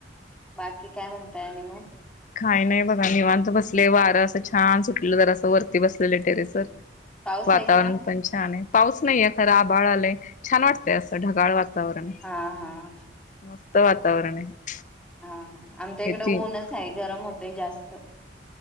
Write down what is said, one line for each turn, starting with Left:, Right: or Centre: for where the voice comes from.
Centre: बाकी काय म्हणताय आणि म.
Left: काय नाही बघा निवांत बसले वारं असं छान सुटलं जरास वरती बसलेले टेरेसवर.
Centre: पाऊस
Left: वातावरण
Centre: आहे काय
Left: पण छान आहे पाऊस नाही खरं आभाळ आलय छान वाटते असे ढगाळ वातावरण.
Centre: हा हा
Left: वातावरण मस्त वातावरण आहे.
Centre: हा हा आमच्या इकड
Left: येतील
Centre: ऊनच हाय गरम होतय जास्त.